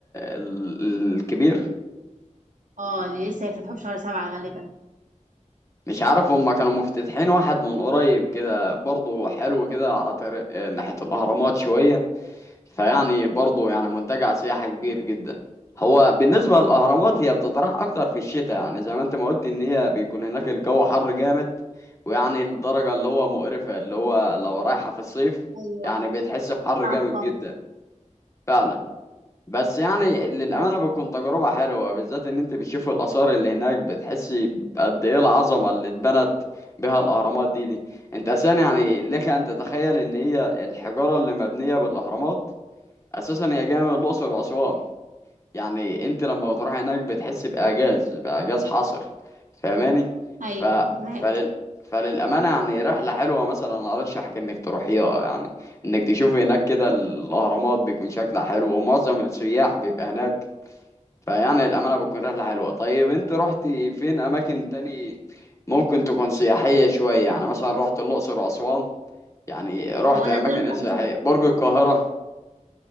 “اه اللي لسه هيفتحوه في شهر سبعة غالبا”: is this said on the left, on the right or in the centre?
Right